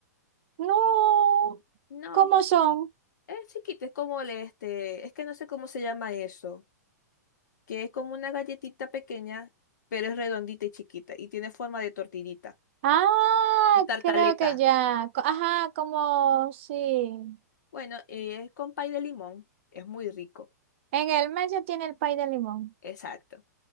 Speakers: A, on the right (about 40°); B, on the left (about 85°).
A: No,
B: No,
A: ¿cómo son?
B: es chiquita, es como el este, es que no sé cómo se llama eso, que es como una galletita pequeña, pero es redondita y chiquita y tiene forma de tortillita,
A: Ah,
B: de tartaleta.
A: creo que ya. Co- Ajá, como sí.
B: Bueno, eh, es con pay de limón, es muy rico.
A: En el medio tiene el pay de limón.
B: Exacto.